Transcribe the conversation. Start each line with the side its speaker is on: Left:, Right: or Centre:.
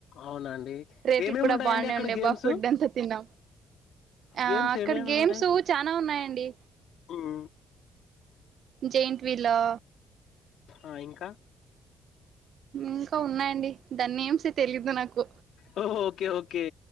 Left: అవునా అండి
Right: రేట్లు
Left: ఏమేమి
Right: కూడా
Left: ఉంటాయండి
Right: బానే
Left: అక్కడ
Right: ఉండే
Left: గేమ్స్
Right: బా ఫుడ్ ఎంత తిన్నాం ఆ
Left: గేమ్స్
Right: అక్కడ
Left: ఏమేమి
Right: గేమ్స్
Left: ఉంటాయి
Right: చనా ఉన్నాయండి
Left: ఉమ్
Right: జైంట్ వీల్ ఒ
Left: ఆ ఇంకా
Right: ఇంకా ఉన్నాయండి దాన్ని నేమ్స్ తెలీదు నాకు
Left: ఓ, ఓకే ఓకే